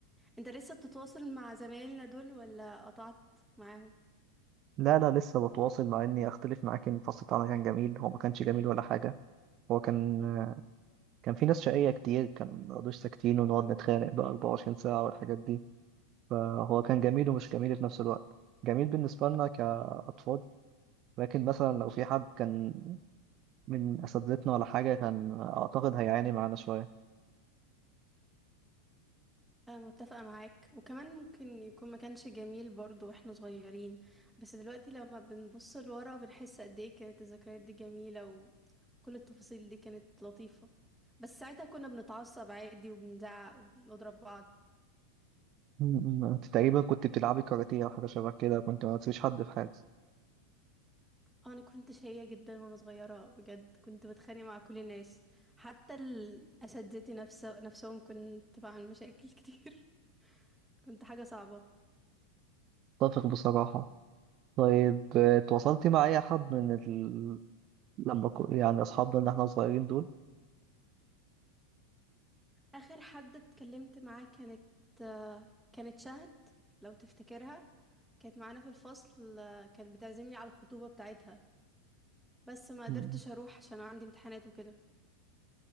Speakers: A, in the centre; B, on the right (about 40°).
A: انت لسه بتتواصل مع زمايلنا دول ولا قطعت معاهم
B: لا لا لسه بتواصل مع إني أختلف معاك إن الفصل بتاعنا كان جميل هو ما كانش جميل ولا حاجة هو كان كان في ناس شقية كتير كان مبيقعدوش ساكتين ونقعد نتخانق بقى 24 ساعة والحاجات دي فهو كان جميل ومش جميل في نفس الوقت جميل بالنسبة لنا كأطفال لكن مثلا لو في حد كان من أساتذتنا ولا حاجة كان أعتقد هيعاني معانا شوية
A: أنا متفقة معاك وكمان ممكن يكون ما كانش جميل برضو واحنا صغيرين بس دلوقتي لما بنبص لورا بنحس قد ايه كانت الذكريات دي جميلة وكل التفاصيل دي كانت لطيفة بس ساعتها كنا بنتعصب عادي وبنزعق وبنضرب بعض
B: م- م. انت تقريبا كنت بتلعبي كاراتيه او حاجه شبه كده كنت ما تسيبيش حد في حاجه
A: آه، انا كنت شقية جدا وانا صغيرة بجد كنت بتخانق مع كل الناس حتى الاساتذتي نفسه نفسهم كنت بعمل مشاكل <laughs> كتير كنت حاجة صعبة
B: اتفق بصراحه طيب آه، اتواصلتي مع اي حد من ال... لما كو... يعني اصحابنا اللي احنا صغيرين دول
A: آخر حد اتكلمت معاه كانت آه، كانت شهد لو تفتكرها كانت معانا في الفصل آه، كانت بتعزمني على الخطوبة بتاعتها بس ما قدرتش
B: م.
A: أروح عشان عندي امتحانات وكده